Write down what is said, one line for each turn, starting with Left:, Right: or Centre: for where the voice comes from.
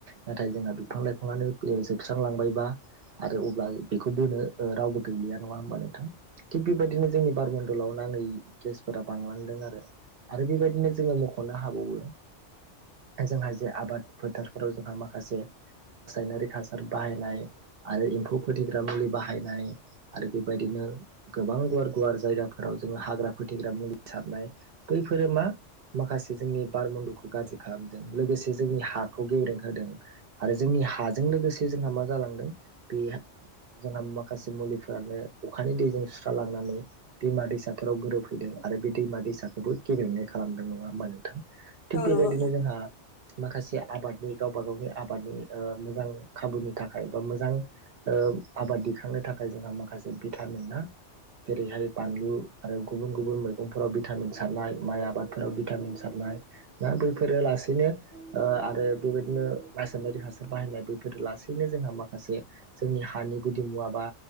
Right: नाथाय जोंना बिफां लाइफाङानो जोबस्रांलांबायबा आरो अब्ला बेखौ बोनो रावबो गैलिया नङा होमबा नोंथां थिग बेबायदिनो जोंनि बारमण्डलाव नाङै गेसफोरा बांलांदों आरो आरो बेबायदिनो जोङो मख'नो हाबावो जोंहा जे आबाद फोथारफोराव जोंहा माखासे रासायनारि हासार बाहायनाय आरो एम्फौ फोथैग्रा मुलि बाहायनाय आरो बेबायदिनो गोबां गुवार गुवार जायगाफोराव जोङो हाग्रा फोथैग्रा मुलि सारनाय बै फोरो मा माखासे जोंनि बारमण्डलखौ गाज्रि खालामदों लोगोसे जोंनि हाखौ गेब्रेंहोदों आरो जोंनि हाजों लोगोसे जोंहा मा जालांदों बे जोंहा माखासे मुलि फोरानो अखानि दैजों सुस्रालांनानै दैमा दैसाफोराव गोरोबहैदों आरो बे दैमा दैसाखौबो गेब्रेंनाय खालामदों नङा होमबा नोंथां थिग
Left: औ नंगौ
Right: बेबायदिनो
Left: नोंथां
Right: जोंहा माखासे आबादनि गावबा गावनि आबादनि ओ मोजां खाबुनि थाखाय बा मोजां ओ आबाद दैखांनो थाखाय जोंहा माखासे भिटामिन ना जेरैहाय बानलु आरो गुबुन गुबुन मैगंफोराव भिटामिन सारनाय माइ आबादफोराव भिटामिन सारनाय नाय ना बैफोरो लासैनो ओ आरो बेबायदिनो रासायनारि हासार बाहायनाय बैफोर लासैनो जोंहा माखासे जोंनि हानि गुदिमुवा बा